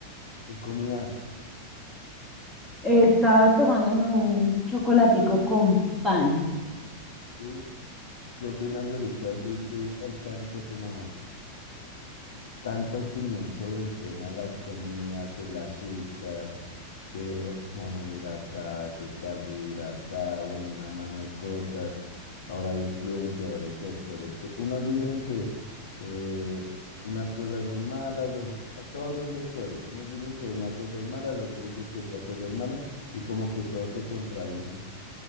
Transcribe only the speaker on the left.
¿Qué comías?
¿Sí? ¿Qué opinas ahorita? Sí, que hay tanto como tanta opinión sobre el tema de las comidas, el azúcar, que monohidrata, que carbohidrata, bueno, una mano de cosas. Ahora hay influenciadores, doctores, que unos dicen que eh, unas cosas son malas, los, todos son doctores. Unos dicen que una cosa es mala, el otro dice que otra cosa es mala, y como que todos se contradicen.